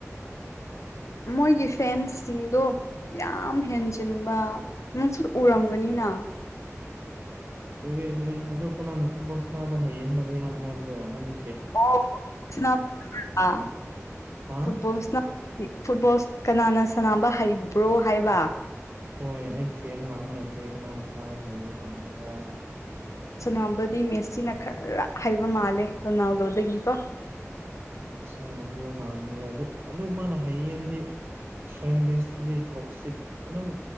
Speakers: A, on the left; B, on the right.
A: ꯃꯣꯏꯒꯤ ꯐꯦꯟꯁꯤꯡꯗꯣ ꯌꯥꯝ ꯍꯦꯟꯖꯤꯟꯕ ꯅꯪꯁꯨ ꯎꯔꯝꯒꯅꯤꯅ
B: ꯎꯋꯦ ꯎꯋꯦ ꯑꯗꯣ ꯀꯅꯥꯅ ꯐꯨꯠꯕꯣꯜ ꯁꯥꯟꯅꯕ ꯍꯩꯌꯦ ꯍꯥꯏꯕꯩꯅꯣꯅ ꯍꯥꯏꯕꯗꯣ ꯅꯪꯒꯤ
A: ꯑꯣ ꯁꯥꯟꯅꯥꯕꯗꯨꯔꯥ
B: ꯍꯥ
A: ꯐꯨꯠꯕꯣꯜ ꯁꯥꯟꯅꯥ <unintelligible> ꯗꯤ ꯐꯨꯠꯕꯣꯜ ꯀꯅꯥꯅ ꯁꯅꯥꯕ ꯍꯩꯕ꯭ꯔꯣ ꯍꯥꯏꯕ
B: ꯍꯣꯏ ꯑꯩ ꯐꯦꯟ ꯍꯥꯡꯕ ꯅꯠꯇꯦ ꯀꯅꯅꯥ ꯁꯅꯥꯕ ꯍꯩꯕꯅꯣ ꯍꯥꯡꯕꯅꯤꯗ
A: ꯁꯅꯥꯕꯗꯤ ꯃꯦꯁꯤꯅ ꯈꯔ ꯍꯩꯕ ꯃꯥꯜꯂꯦ ꯔꯣꯅꯥꯜꯗꯣꯗꯒꯤꯀꯣ
B: ꯑꯆꯥ ꯑꯗꯨꯗ ꯍꯥꯡꯕꯅꯤꯗ ꯑꯗꯨ ꯑꯗꯨ ꯃꯥꯅ ꯍꯩꯌꯦ ꯍꯥꯏꯔꯗꯤ ꯐꯦꯟꯚꯦꯁꯇꯨꯗꯤ ꯇꯣꯛꯁꯤꯛ ꯑꯗꯨꯝ